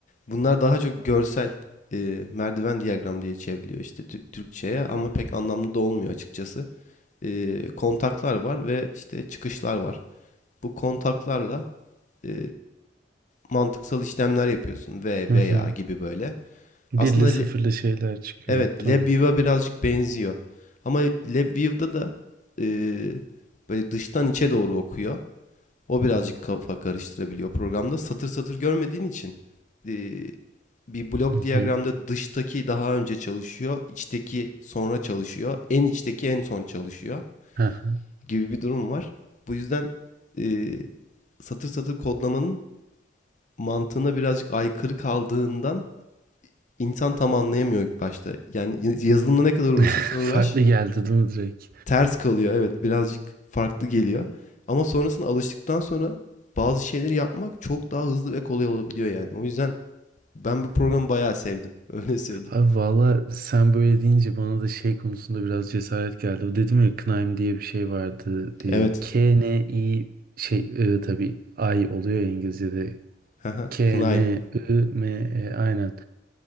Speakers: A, on the left (about 45°); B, on the right (about 55°).
A: Bunlar daha çok görsel e, merdiven diagram diye çevriliyor işte Tür- Türkçe'ye ama pek anlamlı da olmuyor açıkçası. E, kontaklar var ve işte çıkışlar var. Bu kontaklarla e, mantıksal işlemler yapıyorsun ve
B: Hı
A: veya
B: hı.
A: gibi böyle.
B: Birli
A: Aslında le-
B: sıfırlı şeyler çıkıyor.
A: evet
B: Tamam.
A: LabVIEW'a birazcık benziyor. Ama LabVIEW'da da e, böyle dıştan içe doğru okuyor. O birazcık kafa karıştırabiliyor programda. Satır satır görmediğin için eee, bir blok
B: Hı hı.
A: diyagramda dıştaki daha önce çalışıyor, içteki sonra çalışıyor, en içteki en son çalışıyor
B: Hı hı.
A: gibi bir durum var. Bu yüzden eee, satır satır kodlamanın mantığına birazcık aykırı kaldığından insan tam anlayamıyor ilk başta. Yani y- yazılımla ne kadar uğraşırsan
B: <laughs>
A: uğraş
B: Farklı geldi değil mi direkt?
A: ters kalıyor evet birazcık farklı geliyor. Ama sonrasında alıştıktan sonra bazı şeyleri yapmak çok daha hızlı ve kolay olabiliyor yani. O yüzden ben bu programı bayağı sevdim <laughs> öyle söyleyeyim.
B: Abi valla sen böyle deyince bana da şey konusunda biraz cesaret geldi. O dedim ya Knaim diye bir şey vardı diye.
A: Evet.
B: K, N, I şey I tabii I oluyor ya İngilizce'de.
A: Haha,
B: K,
A: Kınayım.
B: N, I, M, E aynen.